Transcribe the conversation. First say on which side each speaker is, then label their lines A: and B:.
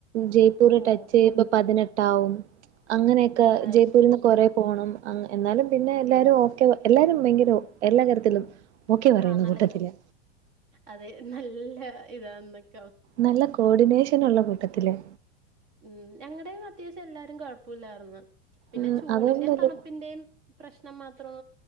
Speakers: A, on the right; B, on the right.
A: ജയ്പൂര്
B: ഓഹ്
A: ടച്ചെയ്യുമ്പം പതിനെ ട്ടാവും അങ്ങനെയക്കെ
B: അത്
A: ജയ്പൂരി
B: ശരി
A: ന്ന് കൊറേ പോണം അങ് എന്നാലും പിന്നെ എല്ലാവരും ഓക്കെ എല്ലാരും ഭയങ്കര എല്ലാ കാര്യത്തിലും ഓക്കെ പറയുന്ന
B: ആഹ് നല്ല
A: കൂട്ടത്തിലാ
B: അതെ നല്ല ഇതാന്നൊക്കൊ
A: നല്ല കോഡിനേഷനുള്ള കൂട്ടത്തിലാ
B: ഉം ഞങ്ങടെം അത്യാവശ്യം എല്ലാരും കുഴപ്പുല്ലാര്ന്ന് പിന്നെ
A: ഉം
B: ചൂടിന്റേം
A: അതൊന്നുല്ല
B: തണുപ്പിന്റേം പ്രശ്നം മാത്രം